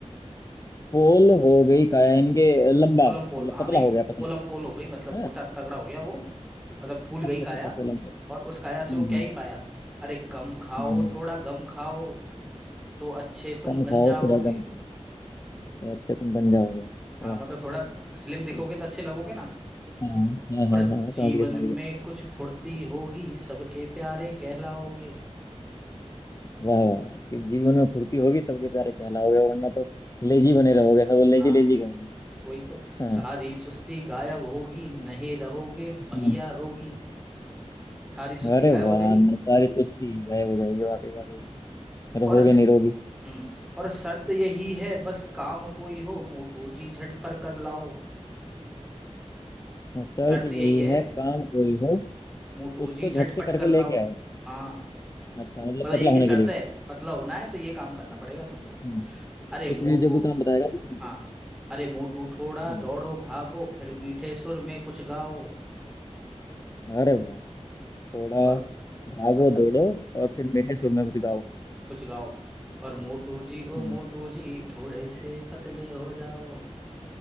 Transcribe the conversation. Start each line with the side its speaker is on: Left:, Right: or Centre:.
Left: पोल हो गई काया यानी कि लंबा
Centre: पोलम
Left: मतलब
Centre: पोल हाँ
Left: पतला
Centre: नहीं
Left: हो गया पतला
Centre: पोलम पोल हो गई मतलब मोटा
Left: है
Centre: तगड़ा हो गया वो मतलब फूल गई
Left: अच्छा
Centre: काया
Left: अच्छा अच्छा पोलम पोल
Centre: और उस काया से
Left: हम्म
Centre: वो क्या
Left: हम्म
Centre: ही पाया अरे कम खाओ
Left: हम्म।
Centre: थोड़ा गम खाओ तो अच्छे तुम
Left: कम
Centre: बन
Left: खाओ
Centre: जाओगे
Left: थोड़ा कम खाओ तो अच्छे तुम बन जाओगे
Centre: हाँ
Left: वाह
Centre: मतलब थोड़ा स्लिम दिखोगे
Left: ठीक।
Centre: तो अच्छे लगोगे ना
Left: हाँ हाँ
Centre: और
Left: हाँ हाँ समझ
Centre: जीवन
Left: गया समझ
Centre: में
Left: गया
Centre: कुछ फुर्ती होगी सबके प्यारे कहलाओगे
Left: वाह वाह वाह। कि जीवन में फुर्ती होगी सबके प्यारे कहलाओगे वरना तो लेजी बने रहोगे सब लेजी
Centre: हाँ
Left: लेजी कहेंगे
Centre: वही तो
Left: हाँ
Centre: सारी सुस्ती गायब होगी नहीं रहोगे
Left: हाँ।
Centre: भैया रोगी सारी सुस्ती
Left: अरे
Centre: गायब
Left: वाह
Centre: हो जाएगी
Left: अंदर सारी सुस्ती गायब हो जाएगी वाकई वाकई
Centre: और
Left: रहोगे
Centre: स-
Left: निरोगी
Centre: हम्म और शर्त यही है बस काम कोई हो मोटू जी झट पर कर लाओ
Left: तो शर्त
Centre: शर्त
Left: यही
Centre: यही है
Left: है काम कोई हो
Centre: मोटू
Left: उसको
Centre: जी झट
Left: झट से
Centre: पट
Left: करके
Centre: कर लाओ
Left: लेके आए
Centre: हाँ
Left: अच्छा मतलब
Centre: मतलब
Left: पतला
Centre: एक
Left: होने
Centre: ही शर्त
Left: के लिए
Centre: है पतला होना है तो ये काम करना पड़ेगा तुमको
Left: हम्म,
Centre: अरे
Left: कुछ
Centre: मोटू
Left: भी जो भी काम बताएगा तो कुछ भी।
Centre: हाँ अरे मोटू थोड़ा
Left: हम्म
Centre: दौड़ो भागो फिर मीठे सुर में कुछ गाओ
Left: अरे वाह थोड़ा
Centre: और
Left: भागो
Centre: मतलब
Left: दौड़ो और फिर मीठे सुर में कुछ गाओ
Centre: कुछ गाओ और मोटू जी ओ
Left: हम्म
Centre: मोटू जी थोड़े से पतले हो जाओ